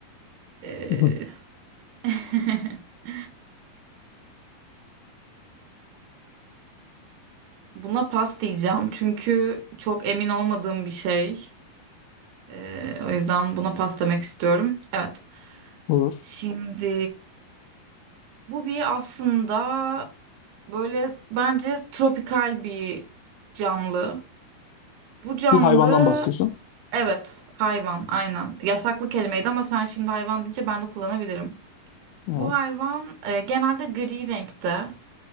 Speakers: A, on the right (about 85°); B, on the left (about 80°).
A: Ee,
B: <laughs>
A: <laughs> buna pas diyeceğim çünkü çok emin olmadığım bir şey. Ee, o yüzden buna pas demek istiyorum. Evet.
B: Olur.
A: Şimdi Bu bir aslında böyle bence tropikal bir canlı. Bu canlı
B: Bir hayvandan bahsediyorsun.
A: evet hayvan aynen. Yasaklı kelimeydi ama sen şimdi hayvan deyince ben de kullanabilirim.
B: Evet.
A: Bu hayvan e, genelde gri renkte